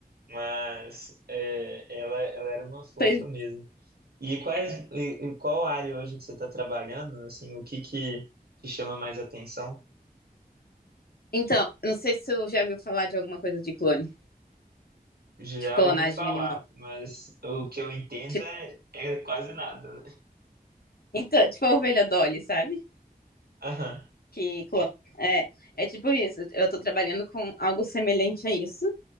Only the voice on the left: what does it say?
Pois-
Então, eu não sei se você já viu falar de alguma coisa de clone,
tipo, clonagem
animal.
Tipo,
então, tipo a ovelha Dolly, sabe?
que clona. É, é tipo isso. Eu tô trabalhando com algo semelhante a isso,